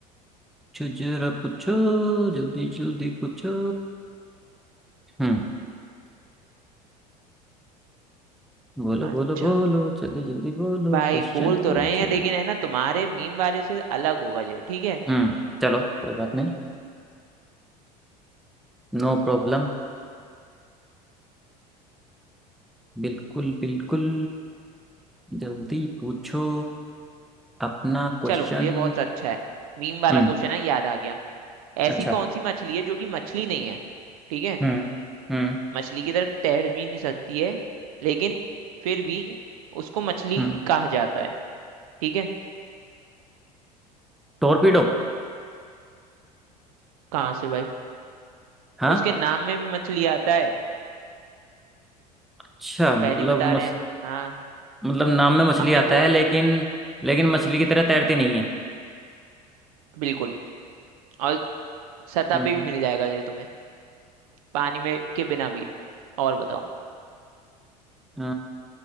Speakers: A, in the centre; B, on the right.
A: पूछो जरा पूछो जल्दी जल्दी पूछो हम्म बोलो
B: अच्छा
A: बोलो बोलो जल्दी जल्दी बोलो
B: भाई
A: क्वेश्चन
B: बोल तो
A: पूछो
B: रहे हैं लेकिन है ना तुम्हारे मीम वाले से अलग होगा ये ठीक है
A: हम्म चलो कोई बात नहीं No problem बिल्कुल बिल्कुल जल्दी पूछो अपना क्वेश्चन
B: चलो ये बहुत अच्छा है मीम वाला
A: हम्म
B: क्वेश्चन है याद आ गया ऐसी
A: अच्छा
B: कौन सी मछली है जो कि मछली नहीं है ठीक है
A: हम्म हम्म
B: मछली की तरह तैर भी नहीं सकती है लेकिन फिर भी उसको मछली
A: हम्म
B: कहा जाता है ठीक है
A: टोरपीडो
B: कहाँ से भाई
A: हाँ
B: उसके नाम में भी मछली आता है
A: अच्छा
B: पहली
A: मतलब
B: बता रहे
A: मछ
B: हैं हाँ
A: मतलब नाम में मछली
B: हमने
A: आता
B: बोल
A: है लेकिन
B: दिया
A: लेकिन मछली की तरह तैरती नहीं है
B: बिल्कुल और सतह
A: हम्म
B: पे भी मिल जाएगा ये तुम्हें पानी में के बिना भी और बताओ
A: अ,